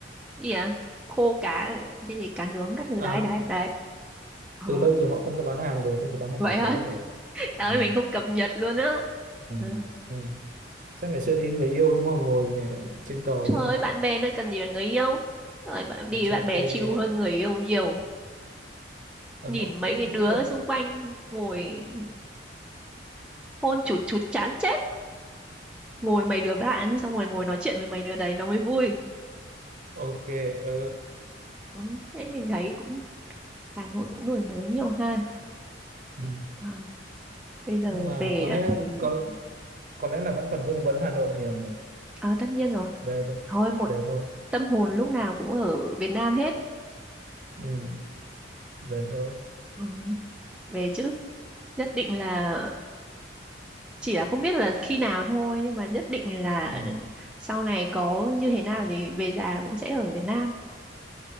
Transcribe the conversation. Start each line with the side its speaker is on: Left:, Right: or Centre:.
Centre: gì à? Khô cá cái gì cá nướng các thứ
Right: à,
Centre: đấy đấy đấy. Ờ,
Right: từ lâu rồi họ không cho bán hàng rồi không cho bán hàng
Centre: vậy
Right: buổi
Centre: hả?
Right: tối
Centre: <laughs>
Right: rồi
Centre: Trời ơi,
Right: ừ.
Centre: mình không cập nhật luôn á.
Right: Ừ.
Centre: Trời
Right: Ừ. chắc ngày xưa đi với người yêu đúng không ngồi ờ, trên cầu
Centre: Trời
Right: đúng không
Centre: ơi, bạn bè nơi cần gì là người yêu. Rồi bạn đi
Right: Rồi
Centre: với
Right: cho
Centre: bạn bè
Right: thuê
Centre: chill
Right: ờ,
Centre: hơn người yêu nhiều.
Right: ở
Centre: Nhìn
Right: mỗi
Centre: mấy
Right: mỗi
Centre: cái đứa
Right: đối tượng
Centre: xung quanh ngồi
Right: Ừ.
Centre: hôn chụt chụt chán chết. Ngồi mấy đứa bạn xong rồi ngồi nói chuyện với mấy đứa đấy nó mới vui.
Right: ok ờ.
Centre: Ừ, thế mình thấy cũng Hà Nội cũng đổi mới nhiều ha.
Right: ừ.
Centre: Trời bây giờ
Right: nhưng mà
Centre: về
Right: có
Centre: đã
Right: lẽ
Centre: thấy
Right: có có lẽ là vẫn còn vương vấn Hà Nội nhiều nhỉ
Centre: à, tất nhiên rồi
Right: về thôi
Centre: thôi một
Right: về thôi
Centre: tâm hồn lúc nào cũng ở Việt Nam hết
Right: ừ. về thôi
Centre: ừ, về chứ nhất định là chỉ là không biết là khi nào thôi nhưng mà nhất định là
Right: ừ.
Centre: sau này có như thế nào thì về già cũng sẽ ở Việt Nam